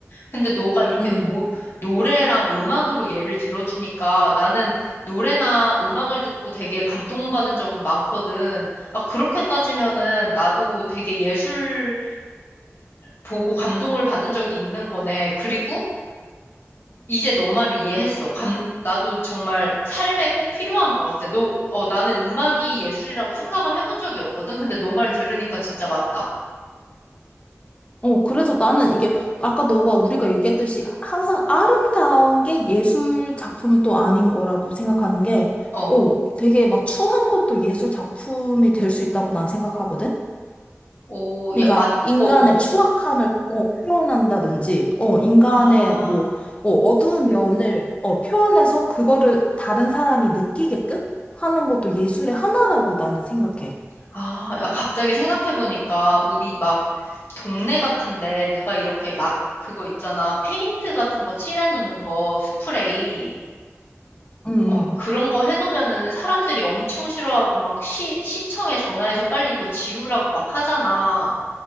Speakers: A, on the left; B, on the left.
A: 근데 너가 이렇게
B: 음.
A: 노, 노래랑 음악으로 예를 들어주니까 나는 노래나 음악을 듣고 되게 감동받은 적은 많거든. 아, 그렇게 따지면은 나도 되게 예술을 보고 감동을 받은 적이 있는 거네. 그리고 이제 너 말을 이해했어. 감, 나도 정말 삶에 꼭 필요한 것 같아. 너, 어, 나는 음악이 예술이라고 생각을 해본 적이 없거든. 근데 너 말 들으니까 진짜 맞다.
B: 어, 그래서 나는 이게 아까 너가 우리가 얘기했듯이 항상 아름다운 게 예술 작품은 또 아닌 거라고 생각하는 게,
A: 어,
B: 어, 되게 막 추한 것도 예술 작품이 될 수 있다고 난 생각하거든?
A: 오,
B: 그러니까
A: 야, 맞,
B: 인간의
A: 어, 어.
B: 추악함을 어, 표현한다든지, 어, 인간의
A: 아,
B: 뭐, 어, 어두운 면을 어, 표현해서 그거를 다른 사람이 느끼게끔 하는 것도 예술의 하나라고 나는 생각해.
A: 아, 야, 갑자기 생각해보니까 우리 막 동네 같은데 누가 이렇게 락, 그거 있잖아. 페인트 같은 거 칠해놓는 거, 스프레이.
B: 응, 응,
A: 어, 그런 거 해놓으면은 사람들이 엄청 싫어하고 막 시, 시청에 전화해서 빨리 이거 지우라고 막 하잖아.